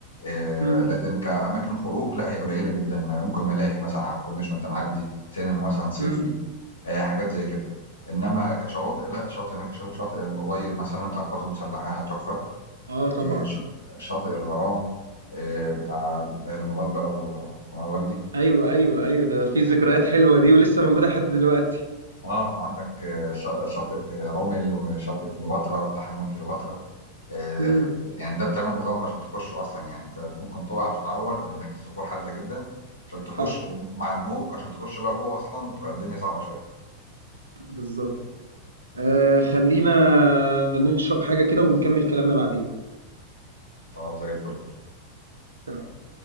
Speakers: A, on the left; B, on the right.
A: آآ
B: إمم،
A: لكن كأماكن خروج لأ، هي قليّلة جدًا، م ممكن ملاهي مثلًا على الكورنيش وأنت معدّي، سينما مثلًا صيفي.
B: إمم.
A: آآ حاجات زي كده. إنما كشواطئ لأ، شاطئ هناك شا شاطئ الأبيض مثلًا بتاع القوات المسلحة تحفة،
B: آه طبعًا.
A: آآ ش شاطئ الغرام آآ بتاع ليلى مراد بقى و وعلي وجدي.
B: أيوه، أيوه، أيوه، ده في ذكريات حلوة دي ولسه موجودة لحد دلوقتي.
A: آه، وعندك شا شاطئ رُمل وشاطئ كليوباترا بتاع حمام كليوباترا، آآ
B: إمم،
A: يعني ده بتعمل مغامرة عشان تخشه أصلًا، يعني أنت ممكن تُقع وتتعور لأن هناك الصخور حادة جدًا عشان تخش
B: حصل،
A: ومع الموج عشان تخش بقى جوّه أصلًا تبقى الدنيا صعبة شوية.
B: بالضبط. آه خلينا نشرب حاجة كده ونكمل كلامنا بعدين
A: طَب زي الفل.
B: تمام